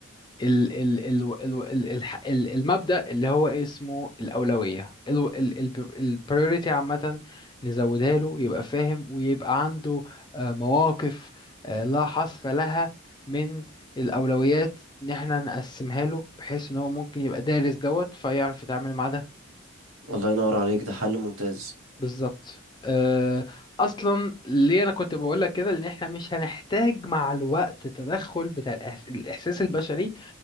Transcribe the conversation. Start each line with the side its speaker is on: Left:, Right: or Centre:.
Left: ال ال ال ال ال الح- ال المبدا اللي هو إيه اسمه الاولويه ال ال ال البريوريتي عامه نزودها له يبقى فاهم ويبقى عنده آه مواقف آه لا حصر لها من الأولويات إن إحنا نقسمها له بحيث إن هو ممكن يبقى دارس دوت فيعرف يتعامل مع ده
Right: الله ينور عليك ده حل ممتاز
Left: بالظبط آه، اصلا ليه انا كنت بقول لك كده ان احنا مش هنحتاج مع الوقت تدخل بتاع الإحس- الاحساس البشري